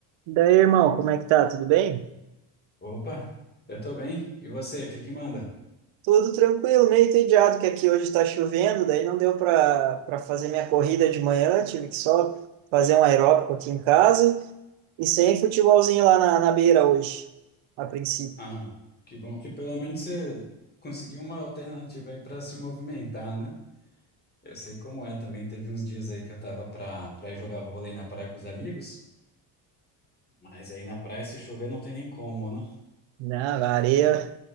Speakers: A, on the right (about 80°); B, on the left (about 20°).
A: Daí, irmão, como é que tá? Tudo bem?
B: Opa, eu tô bem. E você, o que que manda?
A: Tudo tranquilo, meio entediado que aqui hoje está chovendo, daí não deu para para fazer minha corrida de manhã, tive que só fazer um aeróbico aqui em casa e sem futebolzinho lá na, na beira hoje, a princípio.
B: Ah, que bom que pelo menos você conseguiu uma alternativa aí pra se movimentar, né? Eu sei como é também. Teve uns dias aí que eu tava pra, pra ir jogar vôlei na praia com os amigos, mas aí na praia, se chover, não tem nem como, né?
A: Na areia